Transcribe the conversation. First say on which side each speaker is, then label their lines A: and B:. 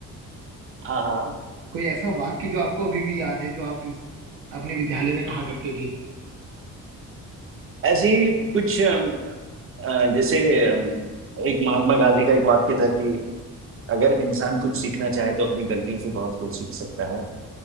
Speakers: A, on the right; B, on the right.
A: हाँ, हाँ।
B: कोई ऐसा वाक्य जो आपको अभी भी याद है जो आप इस अपने विद्यालय में कहा करते थे
A: ऐसे ही कुछ अम, अ, जैसे अम, एक महात्मा गांधी का एक वाक्य था कि अगर इंसान कुछ सीखना चाहे तो अपनी गलतियों से बहुत कुछ सीख सकता है